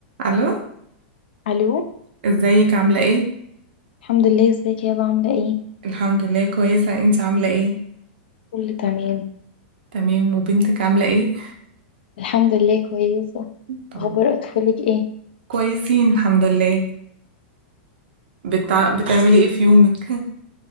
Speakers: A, on the right (about 75°); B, on the left (about 75°).
A: الو
B: الو
A: ازيك عامله ايه
B: الحمد لله ازيك يا بابا؟ عامله ايه
A: الحمد لله كويسه انت عامله ايه
B: كله تمام
A: تمام وبنتك عامله ايه
B: الحمد لله كويسه
A: طب
B: اخبار اطفالك ايه
A: كويسين الحمد لله بتع... بتعملي ايه في يومك